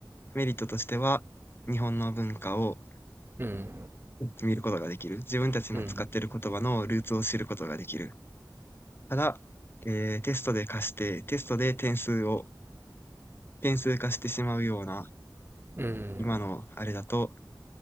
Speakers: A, on the left (about 30°); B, on the right (about 30°).
A: メリットとしては、日本の文化を
B: うんうん
A: 見ることができる。自分たちの使っている言葉のルーツを知ることができる。
B: うん
A: ただ、えーテストで貸して、テストで点数を、点数化してしまうような、
B: うん
A: 今のあれだと、